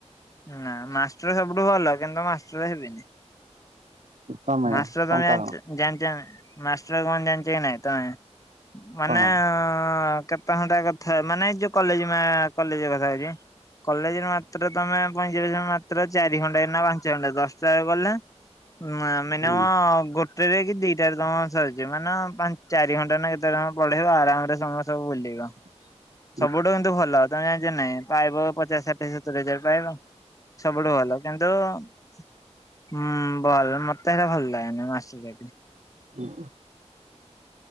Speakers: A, on the left (about 30°); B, on the right (about 80°).
A: ନା ମାଷ୍ଟର ସବୁଠୁ ଭଲ କିନ୍ତୁ ମାଷ୍ଟର ହେବିନି।
B: କମେ
A: ମାଷ୍ଟର
B: କଣ
A: ତମେ
B: କାରଣ
A: ଜାଣିଚ ଜାଣିଚନା ମାଷ୍ଟର କଣ ଜାଚକି ନାଇଁ ତମେ ମାନେ
B: କଣ
A: କେତେ ଘଣ୍ଟା କଥା ମାନେ ଯୋଉ କଲେଜ କଲେଜ କଥା କଉଚି। କଲେଜେରେ ମାତ୍ର ତମେ ପଇଁଚାଳିଶି ମାତ୍ର ଚାରି ଘଣ୍ଟା ନା ପାଞ୍ଚ ଘଣ୍ଟା ଦଶ ହିସାବଗଲା ମା ମିନିମମ୍
B: ହୁଁ
A: ଗୋଟେ ଗୋଟେକି ଦିଟାରେ ତମର ସରିଯିବ ମାନ ପା ଚାରି ଘଣ୍ଟା ନା କେତେସମୟ ପଢେଇବ ଆରାମରେ ତମେ ସବୁ ବୁଲିବ।
B: <inaudible>
A: ସବୁଠୁ କିନ୍ତୁ ଭଲ ତମେ ଜାଣିନକି ପାଇବ ପଚାଶ ଷାଠିଏ ସତୁରି ହଜାରେ ପାଇବ ସବୁଠୁ ଭଲ। କିନ୍ତୁ ହୁଁ ଭଲ ମତେ ହେରା ଭଲ ଲାଗେନି ମାଷ୍ଟର ଚାକିରୀ।
B: ହୁଁ।